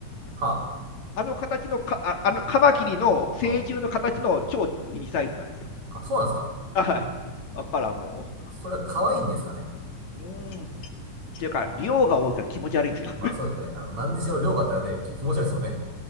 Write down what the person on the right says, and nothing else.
はあ。
うん。あ、そうなんですか。
それは可愛いんですかね。
まあそうですね。あの、何にしろ量があったらね、き気持ち悪いですもんね。